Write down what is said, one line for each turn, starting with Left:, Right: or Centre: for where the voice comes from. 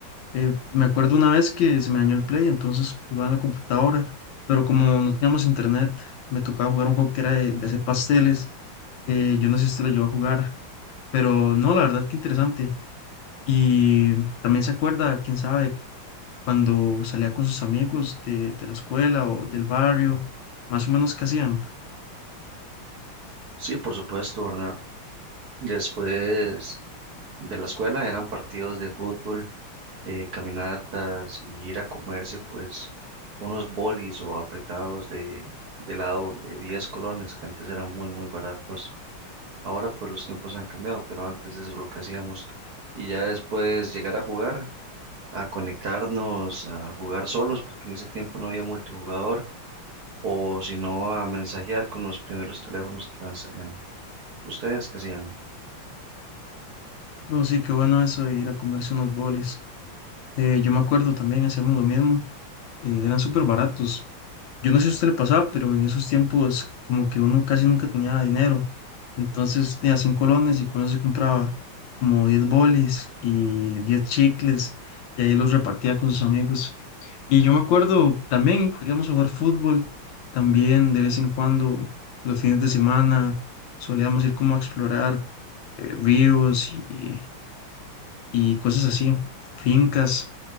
Left: Eh, me acuerdo una vez que se me dañó el Play, entonces jugaba en la computadora. Pero como no teníamos internet, me tocaba jugar un juego que era de, de hacer pasteles. eh, yo no sé si usted lo llegó a jugar. Pero no, la verdad que interesante. Y también se acuerda, quién sabe cuando salía con sus amigos de, de la escuela o del barrio, más o menos qué hacían.
Right: Sí, por supuesto, ¿verdad? Después de la escuela eran partidos de fútbol, eh, caminatas y ir a comerse pues unos bolis o apretados de, de helado de 10 colones que antes eran muy muy baratos. Ahora pues los tiempos han cambiado, pero antes eso es lo que hacíamos. Y ya después llegar a jugar. a conectarnos, a jugar solos, porque en ese tiempo no había multijugador, o si no, a mensajear con los primeros teléfonos que iban saliendo. ¿Ustedes qué hacían?
Left: No, sí, qué bueno eso de ir a comerse unos bolis. Eh, yo me acuerdo también, hacíamos lo mismo, eh, eran súper baratos. Yo no sé si a usted le pasaba, pero en esos tiempos como que uno casi nunca tenía dinero. Entonces tenía 100 colones y con eso se compraba como 10 bolis y 10 chicles y ahí los repartía con sus amigos. Y yo me acuerdo también íbamos a jugar fútbol, también de vez en cuando, los fines de semana, solíamos ir como a explorar eh, ríos y, y cosas así, fincas,